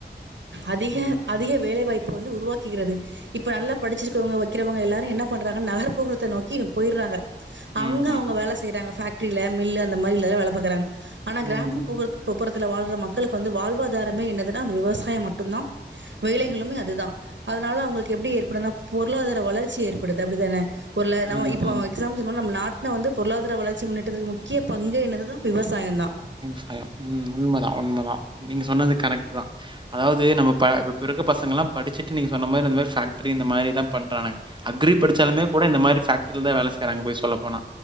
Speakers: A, on the right; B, on the right.
A: அதிக
B: ம்,
A: அதிக வேலைவாய் பு வந்து உருவாக்குகிறது இப்ப நல்ல படிச்சிருக்கவங்க வைக்கிறவங்க எல்லாரும் என்ன பண்றாங்க நகர்புறத்த நோக்கி போயிடுறாங்க
B: ம்,
A: அங்க அவங்க வேல செய்றாங்க ஃபக் ட்ரில மில்லு அந்தமாரிலதா வேல பாக்கறாங்க ஆனா
B: ம்.
A: கிராமபுறத் <unintelligible> துல வாழ்ற மக்களுக்கு வந்து வாழ்வா தாரமே என்னதுனா அந்த விவசாயம் மட்டுந்தா வேலைகளுமே அதுதா அதனால அவுங்களுக்கு எப்டி ஏற்படுனா பொருளாதார வளர்ச்சி ஏற்படுது அப்டிதானே இப்போல்ல
B: ம்,
A: நமோ இப்போ
B: ம்.
A: எக்ஸா <unintelligible> சொன்னோ னா நம்ம நார் னா வந்து பொருளாதார வளர் ச்சி முன்னேட்டதுக்கு முக்கிய பங்கு என்னது தா விவசாயந்தா
B: விவசாயோ ம் உண்ம தா உண்ம தா நீங்க சொன்னது கரெக்ட் தா அதாவது நம்மப்ப இப்ப இருக்க பசங்கல்லா படிச்சிட்டு நீங்க சொன்ன மாரி அந் மாரி ஃபேக் ட்ரி இந்த மாரி தா பண்றானுங் அக்ரி படிச்சாலுமே கூட இந்த மாரி ஃபேக்ட்ரில தா வேல செய்றாங்க போய் சொல்ல போனா